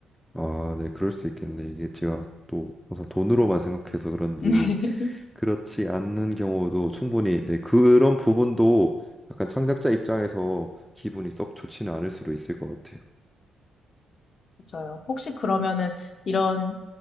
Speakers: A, in the centre; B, on the left.
A: 아, 네, 그럴 수 있겠네. 이게 제가 또 항상 돈으로만 생각해서 그런지
B: <laughs>
A: 그렇지 않는 경우도 충분히 네, 그런 부분도 약간 창작자 입장에서 기분이 썩 좋지는 않을 수도 있을 것 같아요.
B: 맞아요. 혹시 그러면은 이런